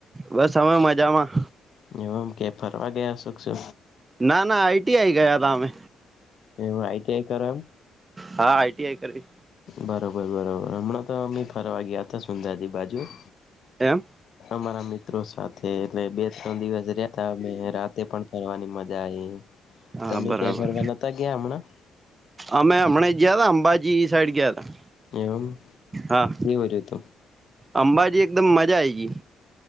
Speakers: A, on the right; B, on the left.
A: બસ હવે મજામાં.
B: એવું આમ કે ફરવા ગયા શખ શો.
A: ના ના આઈટી આઈ ગયા ત અમે
B: એવ આઈટી આય કરો.
A: હા આઈટીઆઈ કરીવી.
B: બરોબર બરોબર હમણાં તો અમમે ફરવા ગયા હતા સુંદાજી બાજુ.
A: એમ
B: મારા મિત્રો સાથેથ એટલે બે ત્રણ દિવસ રતા અમે રાતે પણ ફરવાની મજા આ.
A: હા
B: તમે
A: બરાબર
B: ક્યાં ફરવા નતા ગયા હમણાં.
A: અમે હમણાં ગયા તા અંબાજી સાઈડ ગયા તા
B: એમ
A: હા
B: કેવી રીતે.
A: અંબાજી એકદમ મજા આય ગઈ